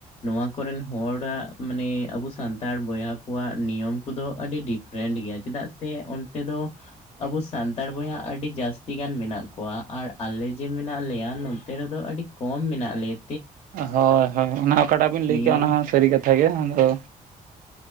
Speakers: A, on the left; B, on the right.
A: ᱱᱚᱣᱟ ᱠᱚᱨᱮᱱ ᱦᱚᱲᱟᱜ ᱢᱟᱱᱮ ᱟᱵᱚ ᱥᱟᱱᱛᱟᱲ ᱵᱚᱭᱦᱟ ᱠᱚᱣᱟᱜ ᱱᱤᱭᱚᱢ ᱠᱚᱫᱚ ᱟᱹᱰᱤ ᱰᱤᱯᱷ ᱨᱮᱱᱰ ᱜᱮᱭᱟ ᱪᱮᱫᱟᱜ ᱥᱮ ᱚᱱᱛᱮ ᱫᱚ ᱟᱵᱚ ᱥᱟᱱᱛᱟᱲ ᱵᱚᱭᱦᱟ ᱟᱹᱰᱤ ᱡᱟᱹᱥᱛᱤ ᱜᱟᱱ ᱢᱮᱱᱟᱜ ᱠᱚᱣᱟ ᱟᱨ ᱟᱞᱮ ᱡᱮ ᱢᱮᱱᱟᱜ ᱞᱮᱭᱟ ᱱᱚᱛᱮ ᱨᱮᱫᱚ ᱟᱹᱰᱤ ᱠᱚᱢ ᱢᱮᱱᱟᱜ ᱞᱮᱭᱟ
B: ᱦᱚᱭ ᱦᱚᱭ ᱚᱱᱟ ᱚᱠᱟᱴᱟᱜ ᱵᱤᱱ ᱞᱟᱹᱭ
A: ᱱᱤᱭᱚᱢ
B: ᱠᱮᱫ-ᱟ ᱚᱱᱟ ᱦᱚᱸ ᱥᱟᱹᱨᱤ ᱠᱟᱛᱷᱟ ᱜᱮ ᱟᱫᱚ